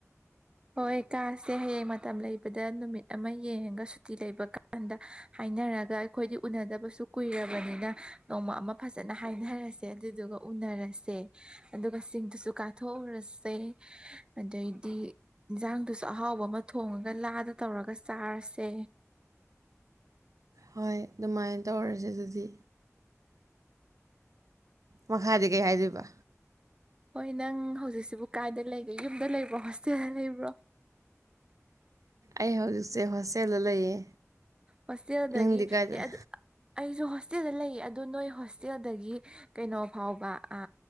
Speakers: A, on the right; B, on the right.
A: ꯍꯣꯏ ꯀꯥꯁꯦ ꯍꯌꯦꯡ ꯃꯇꯝ ꯂꯩꯕꯗ ꯅꯨꯃꯤꯠ ꯑꯃ ꯌꯦꯡꯉꯒ ꯁꯨꯇꯤ ꯂꯩꯕ ꯀꯥꯟꯗ ꯍꯥꯏꯅꯔꯒ ꯑꯩꯈꯣꯏꯗꯤ ꯎꯅꯗꯕꯁꯨ ꯀꯨꯏꯔꯕꯅꯤꯅ ꯅꯣꯡꯃ ꯑꯃ ꯐꯖꯟꯅ ꯍꯥꯏꯅꯔꯁꯦ ꯑꯗꯨꯗꯨꯒ ꯎꯅꯔꯁꯦ ꯑꯗꯨꯒ ꯆꯤꯡꯗꯨꯁꯨ ꯀꯥꯊꯣꯛꯎꯔꯁꯦ ꯑꯗꯩꯗꯤ ꯏꯟꯁꯥꯡꯗꯨꯁꯨ ꯑꯍꯥꯎꯕ ꯑꯃ ꯊꯣꯡꯉꯒ ꯂꯥꯗ ꯇꯧꯔꯒ ꯆꯥꯔꯁꯦ
B: ꯍꯣꯏ ꯑꯗꯨꯃꯥꯏꯅ ꯇꯧꯔꯁꯦ ꯑꯗꯨꯗꯤ ꯃꯈꯥꯗꯤ ꯀꯩ ꯍꯥꯏꯗꯣꯏꯕ
A: ꯍꯣꯏ ꯅꯪ ꯍꯧꯖꯤꯛꯁꯤꯕꯨ ꯀꯥꯏꯗ ꯂꯩꯒꯦ ꯌꯨꯝꯗ ꯂꯩꯕ꯭ꯔꯣ ꯍꯣꯁꯇꯦꯜꯗ ꯂꯩꯕ꯭ꯔꯣ
B: ꯑꯩ ꯍꯧꯖꯤꯛꯁꯦ ꯍꯣꯁꯇꯦꯜꯗ ꯂꯩꯌꯦ
A: ꯍꯣꯁꯇꯦꯜꯗꯒꯤ
B: ꯅꯪꯗꯤ ꯀꯥꯏꯗ
A: ꯑꯦ ꯑꯗꯨ ꯑꯩꯁꯨ ꯍꯣꯁꯇꯦꯜꯗ ꯂꯩꯌꯦ ꯑꯗꯣ ꯅꯣꯏ ꯍꯣꯁꯇꯦꯜꯗꯒꯤ ꯀꯩꯅꯣ ꯐꯥꯎꯕ ꯑ